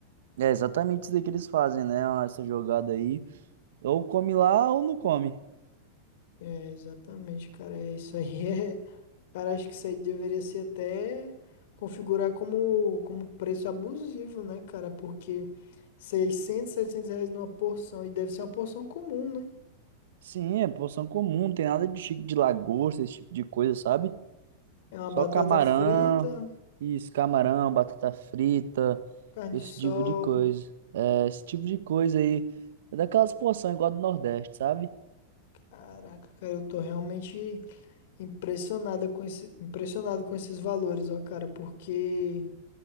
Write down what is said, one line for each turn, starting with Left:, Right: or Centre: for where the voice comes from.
Right: É exatamente isso aí que eles fazem, né? Essa jogada aí. Ou come lá ou não come.
Left: É, exatamente, cara. É isso aí. <laughs> É, Cara, acho que isso aí deveria ser até configurar como, como preço abusivo, né, cara? Porque seiscentos setecentos reais numa porção, e deve ser uma porção comum, né?
Right: Sim, é porção comum, não tem nada de chique de lagosta, esse tipo de coisa, sabe?
Left: É uma
Right: Só
Left: batata
Right: camarão,
Left: frita,
Right: isso, camarão, batata frita,
Left: carne
Right: esse
Left: de sol.
Right: tipo de coisa. É, esse tipo de coisa aí. É daquelas porções igual a do Nordeste, sabe?
Left: Caraca, cara, eu tô realmente impressionada com esse, impressionado com esses valores, ó, cara, porque